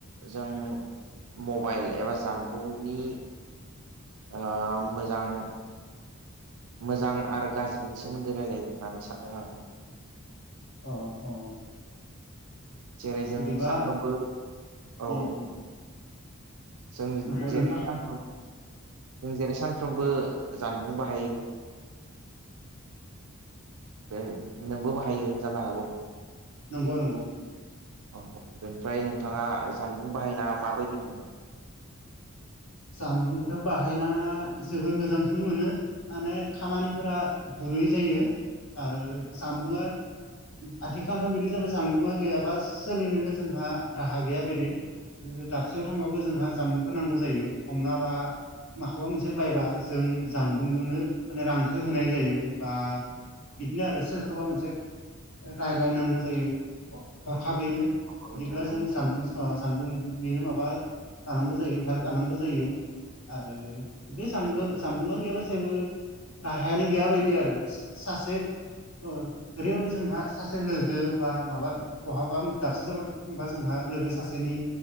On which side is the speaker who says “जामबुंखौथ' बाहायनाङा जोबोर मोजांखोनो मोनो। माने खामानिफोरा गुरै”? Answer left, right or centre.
Left